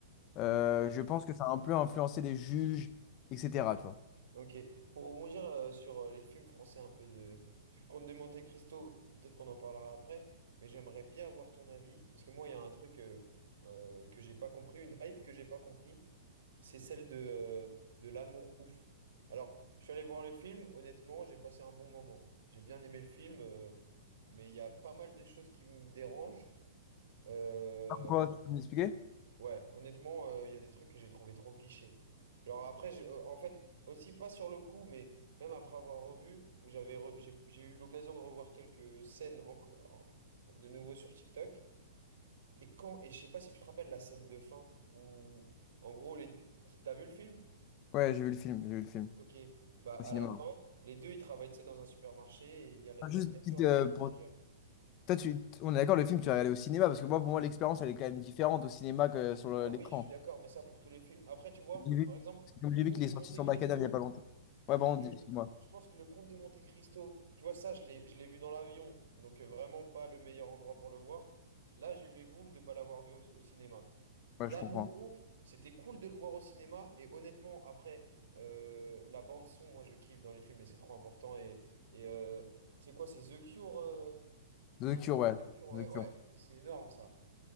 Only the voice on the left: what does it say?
Euh,
je pense que ça a un peu influencé les juges, etc. Tu vois.
Pourquoi? Tu peux m'expliquer?
Ouais, j'ai vu le film, j'ai vu le film
au cinéma.
Juste une petite,
euh,
pour...
Toi, tu... on est d'accord, le film, tu l'as regardé au cinéma, parce que moi, pour moi, l'expérience, elle est quand même différente au cinéma que
sur le-
l'écran.
J'ai vu-
C'est comme
j'ai
vu qu'il
est sorti
sur Macadam il n'y a pas longtemps.
Ouais,
pardon,
dis-
excuse-moi.
Ouais,
je comprends.
The
Cure,
ouais.
The
Cure.